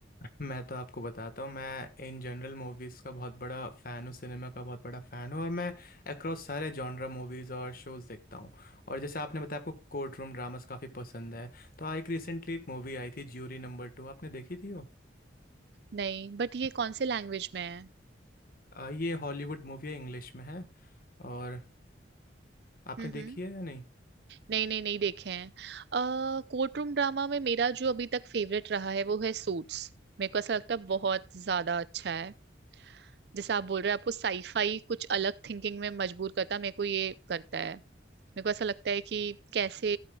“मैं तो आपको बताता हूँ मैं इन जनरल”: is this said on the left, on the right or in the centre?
Left